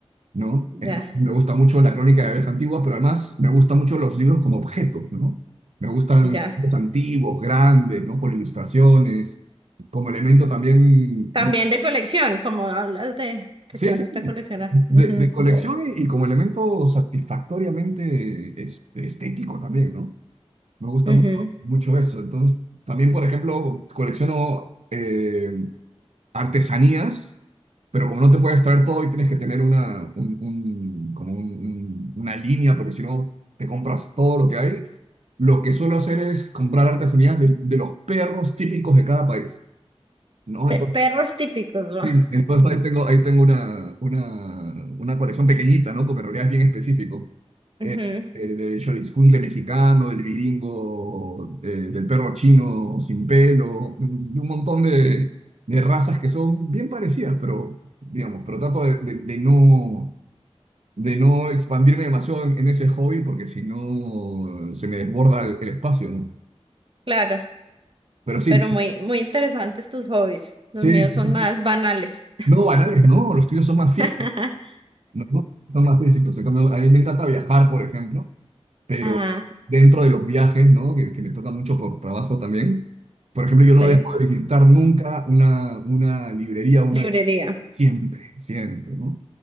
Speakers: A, on the right (about 85°); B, on the right (about 50°).
A: ¿no?
B: Ya,
A: Entonces, me gusta mucho la crónica de viajes antigua, pero además me gustan mucho los libros como objeto, ¿no? Me gustan
B: ya.
A: los antiguos, grandes, ¿no? Con ilustraciones, como elemento también
B: También de colección, como hablas de que
A: Sí,
B: te
A: sí,
B: gusta
A: sí.
B: coleccionar.
A: de,
B: Ujú,
A: de colección y, y como elemento satisfactoriamente este, estético también, ¿no? Me gusta
B: ujú.
A: mu- mucho eso. Entonces, también, por ejemplo, colecciono eh, artesanías, pero como no te puedes traer todo y tienes que tener una, un- un- como un- un- una línea, porque si no te compras todo lo que hay, lo que suelo hacer es comprar artesanías de, de los perros típicos de cada país, ¿no?
B: Pe-
A: Entonces,
B: Perros típicos, ¿no?
A: Sí, entonces ahí tengo, ahí tengo una, una, una colección pequeñita, ¿no? Porque en realidad es bien específico.
B: <laughs>
A: Es
B: Ujú,
A: eh, del Xoloitzcuintle mexicano, del viringo, de- del perro chino sin pelo, de un, de un montón de, de razas que son bien parecidas, pero, digamos, pero trato de, de- de no, de no expandirme demasiado en, en ese hobby porque si no se me desborda el, el espacio, ¿no?
B: Claro,
A: Pero sí,
B: pero muy, muy interesantes tus hobbies. Los
A: sí,
B: míos
A: sí,
B: son
A: sí.
B: más banales.
A: No, banales, no, los tuyos son más
B: <laughs>
A: físicos No, no, son más físicos. En cambio, a mí me encanta viajar, por ejemplo, pero
B: Ajá,
A: dentro de los viajes, ¿no? Que, que me toca mucho por trabajo también. Por ejemplo, yo no
B: sí,
A: dejo de visitar nunca una, una librería, una...
B: librería.
A: Siempre, siempre, ¿no?